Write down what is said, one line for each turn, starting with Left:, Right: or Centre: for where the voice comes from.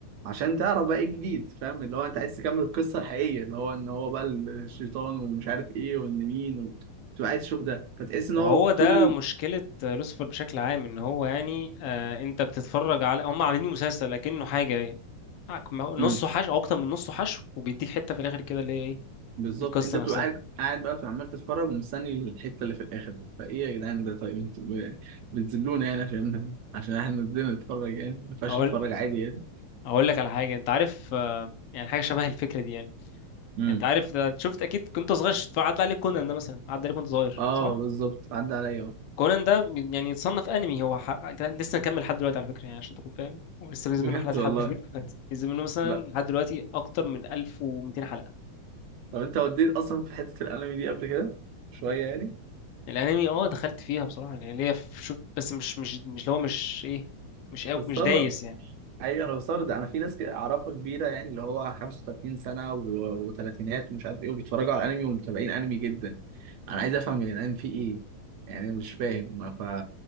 Right: عشان تعرف بقى ايه الجديد فاهم اللي هو انت عايز تكمل القصه الحقيقيه اللي هو ان هو بقى الشيطان ومش عارف ايه وان مين و... بتبقى عايز تشوف ده فتحس ان
Left: ما
Right: هو
Left: هو
Right: طول
Left: ده
Right: ال...
Left: مشكلة لوسيفر بشكل عام ان هو يعني آه انت بتتفرج على هم عاملين مسلسل لكنه حاجة آه، نصه
Right: امم
Left: حشو او اكتر من نصه حشو وبيديك حتة في الاخر كده اللي هي ايه
Right: بالظبط
Left: القصة
Right: انت بتبقى
Left: نفسها
Right: قاعد قاعد بقى بتبقى عمال تتفرج ومستني الحته اللي في الاخر دي. فايه يا جدعان ده طيب انتوا ب- بتذلونا يعني عشان عشان احنا بدنا نتفرج يعني ما ينفعش
Left: اقول
Right: نتفرج عادي
Left: اقول لك على حاجة انت عارف آه يعني حاجة شبه الفكرة دي يعني
Right: يعني
Left: انت عارف ده شفت اكيد كنت صغير شفت عدى عليك كونان ده مثلا عدى عليك كنت صغير
Right: اه
Left: صح
Right: بالظبط عدى عليا اهو
Left: كونان ده يعني يتصنف انمي هو ح... لسه مكمل لحد دلوقتي على فكره يعني عشان تكون فاهم ولسه بينزل
Right: بجد
Left: منه حلقات
Right: والله
Left: لحد <laughs> دلوقتي بينزل منه مثلا
Right: لا
Left: لحد دلوقتي اكتر من 1200 حلقه
Right: طب انت وديت اصلا في حته الانمي دي قبل كده شويه يعني
Left: الانمي اه دخلت فيها بصراحه يعني ليا في شو... بس مش مش مش اللي هو مش ايه مش أو...
Right: بستغرب
Left: مش دايس يعني
Right: ايوه انا بستغرب ده انا في ناس كده اعرفها كبيره يعني اللي هو 35 سنه و- وثلاثينات ومش عارف ايه وبيتفرجوا على انمي ومتابعين انمي جدا انا عايز افهم يا جدعان في ايه يعني أنا مش فاهم ف